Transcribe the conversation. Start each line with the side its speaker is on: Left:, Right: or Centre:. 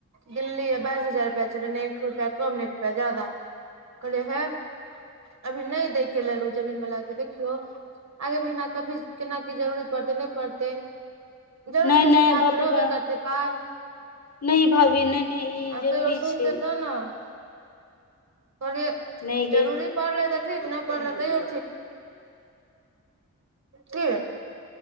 Right: गिनलयै बाइस हजार रुपआ <inaudible> एक रुपआ कमने एक रुपैआ जादा कहलिए हे अभी नहि दै के लेल ऊ जमीन बला के देखियौ आगे महीना कभी केना की जरूरी पड़ते नहि पड़ते जरूरी
Left: नहि
Right: छै
Left: नहि
Right: सबके हाथ
Left: बाप
Right: मे
Left: रे
Right: रहबे
Left: बा
Right: करतै पाइ
Left: नहि भाभी नहि नहि
Right: आ
Left: ई जरूरी
Right: तैयो सुनतै
Left: छै।
Right: तब ने कहलियै
Left: नहि गे
Right: जरूरी पड़ले तऽ ठीक नहि परत तैयो ठीक।